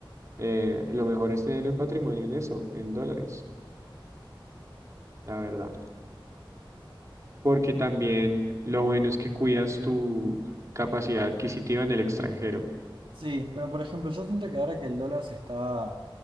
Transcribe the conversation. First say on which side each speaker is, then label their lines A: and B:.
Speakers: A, on the right; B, on the right.
A: eh, lo mejor es tener el patrimonio en eso, en dólares, la verdad. Porque también lo bueno es que cuidas tu capacidad adquisitiva en el extranjero.
B: Sí, pero por ejemplo, yo siento que ahora que el dólar se está...